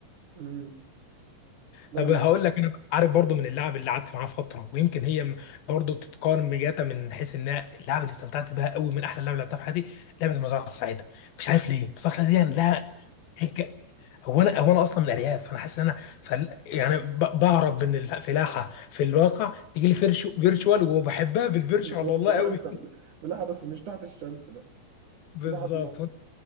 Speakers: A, on the right; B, on the left.
A: مم. لا
B: طب
A: لا
B: هقول لك انا بقى- عارف برضو من اللاعب اللي قعدت معاه فتره ويمكن هي م- برضو بتتقارن بجاتا من حيث انها اللاعب اللي استمتعت بها قوي من احلى لعبه لعبتها في حياتي لعبه المزرعه السعيده مش عارف ليه المزرعه السعيده دي يعني لها حاجه هو انا هو انا اصلا من الارياف فانا حاسس ان انا فل... يعني ب... بهرب من الفلاحه في الواقع تيجي لي فيرشو... فيرتشوال وبحبها بالفيرتشوال
A: <laughs>
B: والله
A: بروح
B: قوي
A: الفل
B: <laughs>
A: بلعب بس مش تحت الشمس بقى
B: بالظبط
A: بلعب الم-